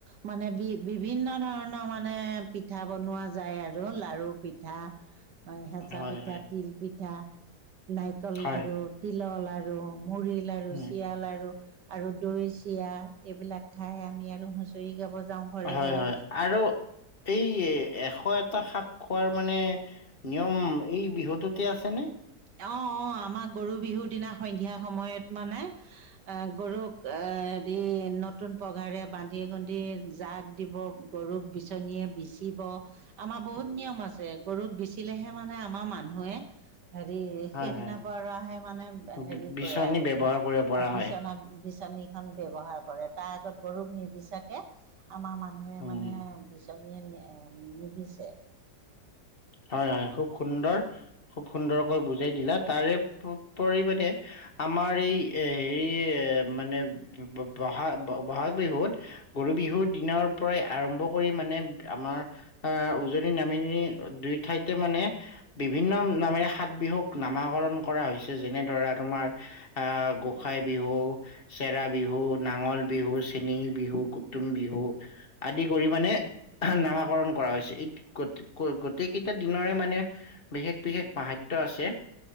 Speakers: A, on the right; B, on the left.
A: মানে বি-বিভিন্ন ধৰণ ধৰণৰ মানে পিঠা বনোৱা যায় আৰু, লাৰু পিঠা হেঁচা
B: হয়
A: পিঠা,
B: হয়
A: তিল পিঠা, নাৰিকল
B: হয়
A: লাৰু। তিলৰ লাৰু, মুড়ী লাৰু,
B: উম
A: চিৰাৰ লাৰু। আৰু দৈ চিৰা, এইবিলাক খাই আমি আৰু হুঁচৰি গাব যাওঁ। ঘৰে
B: হয়,
A: ঘৰে
B: হয়। আৰু এই এশ এটা শাক খোৱাৰ মানে নিয়ম এই বিহুটোতে আছেনে?
A: অ', অ', আমাৰ গৰু বিহুৰ দিনা সন্ধিয়া সময়ত মানে। আ, গৰুক এ, দি নতুন পঘাৰে বান্ধি কুন্ধি জাক দিব। গৰুক বিচনীয়ে বিচিব। আমাৰ বহুত নিয়ম আছে, গৰুক বিচিলেহে মানে আমাৰ মানুহে। হেৰি সেইদিনাৰ
B: হয় হয়
A: পৰাহে মানে হেৰি
B: বি- বিচনী
A: কৰে আৰু।
B: ব্যৱহাৰ কৰিব পৰা
A: অ', বিচনা
B: হয়
A: বিচনী খন ব্যৱহাৰ কৰে তাৰ আগত গৰুক নিবিচাকে, আমাৰ মানুহে
B: উম
A: মানে জনীয়ে নি অম নিবিছে।
B: হয়, হয়। খুব সুন্দৰ, খুব সুন্দৰকৈ বুজাই দিলা তাৰে প-পৰিমণে আমাৰ এই এ, হেৰি এ, মানে ব-ব-বহাগ বহাগ বিহুত গৰু বিহুৰ দিনৰ পৰাই আৰম্ভ কৰি মানে আমাৰ আ, উজনি নামেনি দুই ঠাইতে মানে বিভিন্ন নামেৰে সাত বিহুক নামাকৰণ কৰা হৈছে, যেনে ধৰা তোমাৰ আ, গোঁসাই বিহু। চেৰা বিহু, নাঙল বিহু, চেনেহি বিহু, কুটুম বিহু। আদি কৰি মানে নামাকৰণ কৰা হৈছে <unintelligible> গো-গোটেইকেইটা দিনৰে মানে বিশেষ বিশেষ মাহাত্য আছে।